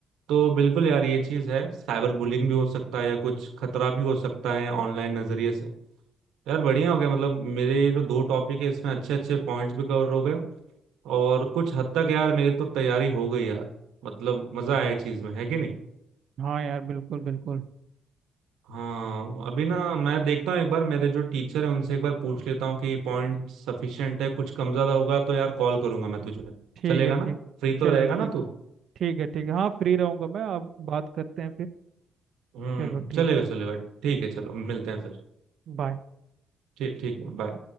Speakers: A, on the right (about 85°); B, on the right (about 65°).
A: तो
B: हम्म
A: बिल्कुल यार ये चीज है साइबर बुलिंग भी हो सकता है या कुछ खतरा भी हो सकता है ऑनलाइन नजरिए से यार बढ़िया हो गया मतलब मेरे जो दो टॉपिक है इसमें अच्छे अच्छे पॉइंट्स भी कवर हो गए और कुछ हद तक यार मेरी तो तैयारी हो गई यार मतलब मजा आया चीज में है कि नहीं
B: हाँ यार बिल्कुल बिल्कुल
A: हाँ अभी ना मैं देखता हूँ एक बार मेरे जो टीचर है उनसे एक बार पूछ लेता हूँ कि पॉइंट सफिशिएंट है कुछ कम ज्यादा होगा तो यार कॉल करूंगा मैं तुझे
B: ठीक
A: चलेगा
B: है ठीक
A: ना
B: है
A: फ्री तो
B: चलो
A: रहेगा
B: ठीक
A: ना तू
B: है ठीक है ठीक है हाँ फ्री रहूंगा मैं अब बात करते हैं फिर
A: हम्म
B: चलो ठीक
A: चलेगा
B: है
A: चलेगा ठीक है चलो मिलते हैं फिर
B: बाय
A: ठीक ठीक बाय